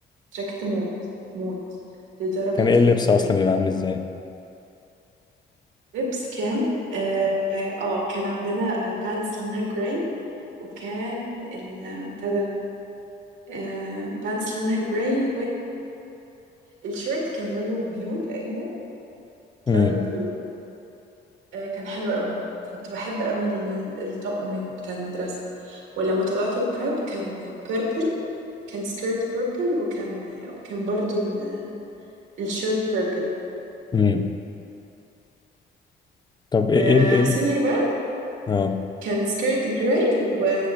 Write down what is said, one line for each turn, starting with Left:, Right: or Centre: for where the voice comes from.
Right: تراكت موت موت لدرجة
Left: كان ايه اللبس
Right: ان
Left: اصلا بيبقى عامل ازاي؟
Right: لبس كان اه آه، كان عندنا بانتس لونها جراي وكان ال- بتاع ده آه بانتس لونها جراي والشيرت كان لونه بلو تقريبا
Left: امم.
Right: لايت بلو آه كان حلو قوي كنت بحب قوي ال- ال- الطقم بتاع المدرسة ولما طلعت البراب كان بيربل كان سكيرت بيربل وكان وكان برضو ال- الشيرت بيربل
Left: امم طب ايه
Right: وسينيور
Left: ايه ال- إيه ال-
Right: بقى
Left: اه
Right: كان سكيرت جراي و